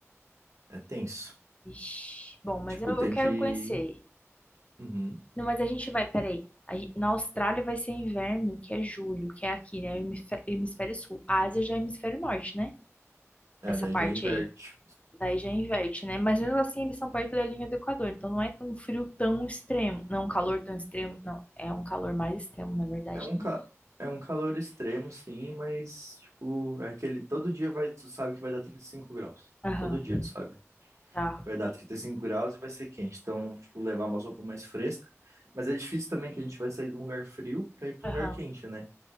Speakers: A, on the right; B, on the left.
A: É tenso.
B: Ixi. Bom, mas
A: Tipo,
B: eu,
A: tem
B: eu quero
A: que...
B: conhecer.
A: Uhum.
B: Não, mas a gente vai, peraí. A gen- Na Austrália vai ser inverno, que é julho, que é aqui, né? Hemisfé- Hemisfério Sul. A Ásia já é hemisfério norte, né?
A: É,
B: essa
A: daí
B: parte
A: já inverte.
B: aí. Daí já inverte, né? Mas mesmo assim eles são perto da linha do Equador, então não é um frio tão extremo. Não, é um calor tão extremo. Não, é um calor mais extremo, na verdade,
A: É um,
B: né?
A: ca... é um calor extremo, sim, mas, tipo, é aquele. Todo dia vai, tu sabe que vai dar 35 graus.
B: Aham,
A: Todo dia tu sabe
B: tá.
A: que vai dar 35 graus e vai ser quente. Então, tipo, levar uma roupa mais fresca. Mas é difícil também que a gente vai sair de um lugar frio pra ir pra
B: Aham.
A: um lugar quente, né?